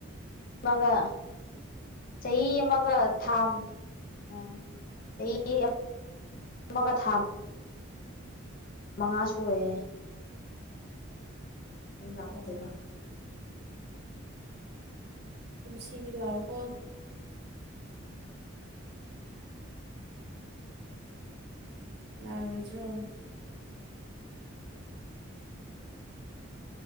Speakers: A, on the left; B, on the right.
A: ꯑꯃꯒ ꯆꯍꯤ ꯑꯃꯒ ꯊꯥ ꯑꯣ
B: ꯎ <unintelligible>
A: ꯆꯍꯤ ꯑꯃ ꯑꯃꯒ ꯊꯥ ꯃꯉꯥ ꯁꫭꯌꯦ ꯌꯨꯞ ꯂꯥꯛꯇꯦꯕ
B: ꯑꯣ ꯀꯨꯝꯁꯤꯗꯤ ꯂꯥꯛꯑꯣꯀꯣ ꯂꯥꯛꯑꯔꫭꯏꯗꯔ꯭ꫭ